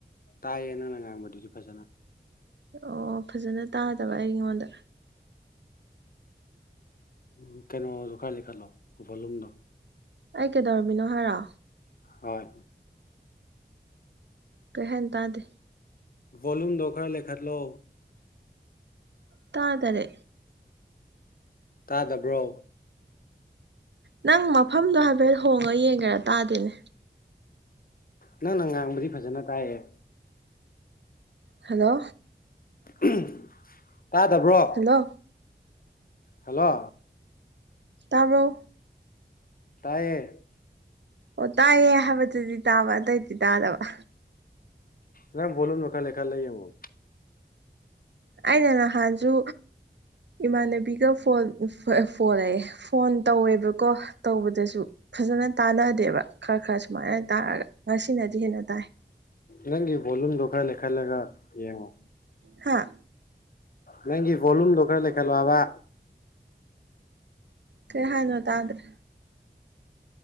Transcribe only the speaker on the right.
ꯑꯣ ꯐꯖꯅ ꯇꯥꯗꯕ ꯑꯩꯉꯣꯟꯗ
ꯑꯩ ꯀꯩꯗꯧꯔꯝꯃꯤꯅꯣ ꯍꯥꯏꯔꯣ
ꯀꯩ ꯍꯥꯏꯅ ꯇꯥꯗꯦ
ꯇꯥ ꯇꯔꯦ
ꯅꯪ ꯃꯐꯝꯗꯣ ꯍꯥꯏꯐꯦꯠ ꯍꯣꯡꯉ ꯌꯦꯡꯒꯦꯔ ꯇꯥꯗꯦꯅꯦ
ꯍꯜꯂꯣ
ꯍꯜꯂꯣ
ꯇꯥꯕꯔꯣ
ꯑꯣ ꯇꯥꯏꯌꯦ ꯍꯥꯏꯕꯗꯨꯗꯤ ꯇꯥꯕ ꯑꯇꯩꯗꯤ ꯇꯥꯗꯕ
ꯑꯩꯅ ꯅꯍꯥꯟꯁꯨ ꯏꯃꯥꯟꯅꯕꯤꯒ ꯐꯣꯟ ꯐꯣꯜꯑꯌꯦ ꯐꯣꯟ ꯇꯧꯋꯦꯕꯀꯣ ꯇꯧꯕꯗꯁꯨ ꯐꯖꯅ ꯇꯥꯟꯅꯗꯦꯕ ꯈꯔ ꯈꯔ ꯁꯨꯃꯥꯏꯅ ꯇꯥꯔꯒ ꯉꯁꯤꯅꯗꯤ ꯍꯦꯟꯅ ꯇꯥꯏ
ꯍꯥꯥ
ꯀꯩ ꯍꯥꯏꯅꯣ ꯇꯥꯗ꯭ꯔꯦ